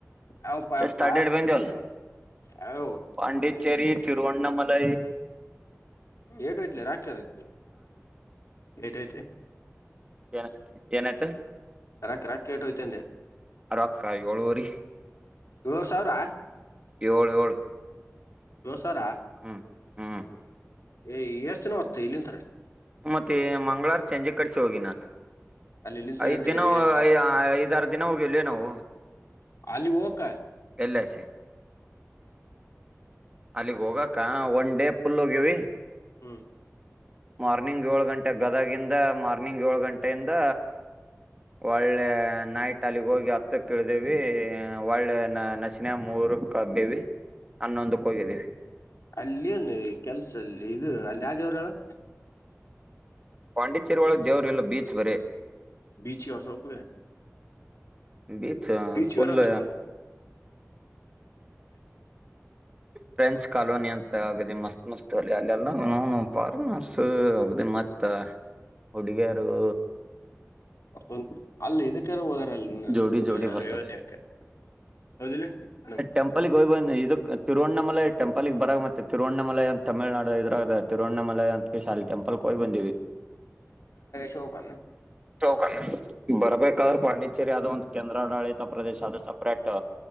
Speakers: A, on the left; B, on the right.
A: ಯಾವಪ್ಪ
B: ಜಸ್ಟ್
A: ಯಪ್ಪ
B: ಅಡ್ಡಾಡಿ ಬಂದ್ವಿ
A: ಯಾವ
B: ಪಂಡಿ ಚರಿ ತಿರುವನ್ನಮೈಲ್
A: ಏಟು ಯತ್ಲ ರಕ್ತದೆ ಏಟ ಯತೆ
B: ಏನ್ ಏನಾಯ್ತಾ
A: ರಕ್ ರಾಕೆಟ್ ಹೋಯ್ತು ಅಂದೆ
B: ಅ ರೊಕ್ಕ ಏಳುವರಿ
A: ಏಳ್ ಸಾವಿರ
B: ಏಳ ಳ
A: ಏಳ್ ಸಾವಿರ
B: ಹ್ಮ್ ಹ್ಮ್
A: ಏ ಎಷ್ಟ ದಿನ ಹೊತ್ತ ಇಲ್ಲಿಂತಾರೆ
B: ಮತ್ತೆ ಮಂಗಳವಾರ ಸಂಜೆ ಕಡಸಿ ಹೋಗಿ ನಾನು
A: ಅಲ್ಲಿ ಇಲ್ಲಿಂತ್ರ
B: ಐದ್ ದಿನ
A: ಎ ಎಷ್ಟ್ ತಾಸ
B: ಐದಾರ ದಿನ ಹೋಗಿಲ್ವವೆ ನಾವು
A: ಅಲ್ಲಿ ಹಕ
B: ಎಲ್ಲ ಸ ಅಲ್ಲಿಗ್ ಹೋಗಕ್ಕ ಒನ್ ಡೇ ಫುಲ್ ಹೋಗ್ಯವಿ
A: ಹ್ಮ್
B: ಮಾರ್ನಿಂಗ್ ಏಳು ಗಂಟೆ ಗದಗಿಂದ ಮಾರ್ನಿಂಗ್ ಏಳು ಗಂಟೆಯಿಂದ ಒಳ್ಳೆ ನೈಟ್ ಅಲ್ಲಿಗ್ ಹೋಗಿ ಹತ್ತಕ್ಕ ಇಳ್ದೇವಿ ಒಳ್ಳೆ ನಶ ಮೂರು ಕಬ್ಬವಿ ಹನ್ನೊಂದಕ್ಕೆ ಹೋಗಿದೀವಿ
A: ಅಲ್ಲಿನು ಕೆಲ್ಸ ಅಲ್ಲಿ ಇದು ಅಲ್ಲಿ ಯಾಜೋರುಗಳು
B: ಪಾಂಡಿಚೇರಿ ಒಳ ದೇವರುಲ್ಲ ಬೀಚ್ ಬರೇ
A: ಬೀಚ ತವಕ
B: ಬೀಚ್
A: ಬೀಚರಂತ
B: ಫುಲ್ ಫ್ರೆಂಚ್ ಕಾಲೋನಿ ಅಂತ ಆಗದೆ ಮಸ್ತ್ ಮಸ್ತ್ ಅಲ್ಲಿ ಅಲ್ಲೆಲ್ಲ ಫಾರಿನರ್ಸ್ ಆಗ ಮತ್ ಮತ್ತ ಹುಡುಗಿಯರುಗ
A: ೊ ಅಲ್ಲಿ ಇದಕ್ಕೆ ಹೋದ
B: ಜೋಡಿ
A: ಸುಮ
B: ಜೋಡಿ ಬರ್ತಾವ
A: ಐವದಕ್ಕೆ ಹೌದಿಲ್ಲ ನಮ್
B: ಟೆಂಪಲ್ಿಗೆ ಹೋಗ್ ಬ ಇದಕ್ ತಿರುವವಣಮ ಮಲೆ ಟೆಪಲ್ಗ್ ಬರಾಗ ಮತ್ತೆ ತಿರುವವಣ್ಣಮಲೆ ಅಂತ ತಮಿಳ್ುನಾಡು ಇದ್ರಾಗ ತಿರುವವಣ್ಣಮಲ ಅಂತ ಶಾಲಿ ಟೆಂಪಲ್ ಕೊೋಗಯ್ ಬಂದೀವಿ
A: ಶೋಕ
B: ಕ ಬರ್ಬೇಕಾದ್ರೆ ಪಾಂಡಿಚೇರಿ ಅದು ಒಂದು ಕೇಂದ್ರಾಡಳಿತ ಪ್ರದೇಶ ಆದ ಸ ಟ್